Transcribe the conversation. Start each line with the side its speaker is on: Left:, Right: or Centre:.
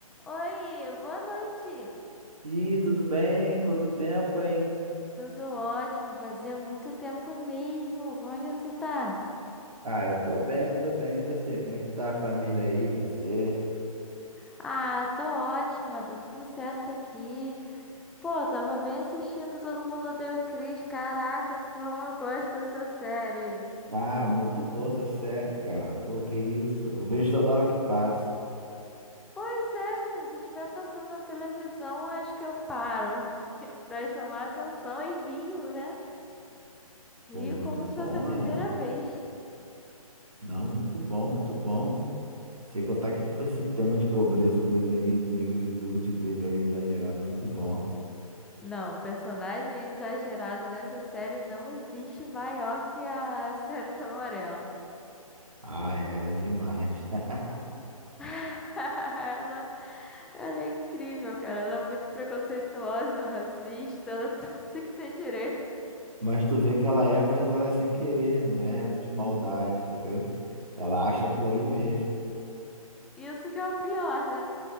Centre: Oi, boa noite.
Right: Ih, tudo bem? Quanto tempo, hein?
Centre: Tudo ótimo, fazia muito tempo mesmo. Como é que você tá?
Right: Ah, eu tô bem, eu tô bem. E você? Como é que tá a família aí, você?
Centre: Ah, tô ótima, tá tudo certo aqui. Pô, tava bem assistindo Todo Mundo Odeia o Chris. Caraca, que eu gosto dessa série.
Right: Ah, muito boa essa série, cara. Pô, que isso? Eu vejo toda hora que passa.
Centre: Pois é, menino, se estiver passando na televisão, acho que eu paro <laughs> pra chamar atenção e rio, né? Rio
Right: Pô, muito
Centre: como
Right: bom,
Centre: se fosse a
Right: né?
Centre: primeira vez.
Right: Não, muito bom, muito bom. Sem contar que esse tema de pobreza dele aí, negritude dele aí, exagerada, é muito bom.
Centre: Não, personagem exagerado nessa série não existe maior que a Senhorita Morella.
Right: Ah, ela é né? demais. <laughs>
Centre: <laughs> Ela, ela é incrível, cara. Ela é muito preconceituosa, racista, ela é <laughs> tudo que tem direito.
Right: Mas tu vê que ela é, mas ela é sem querer, não é de maldade, entendeu? Ela acha aquilo ali mesmo.
Centre: Isso que é o pior, né?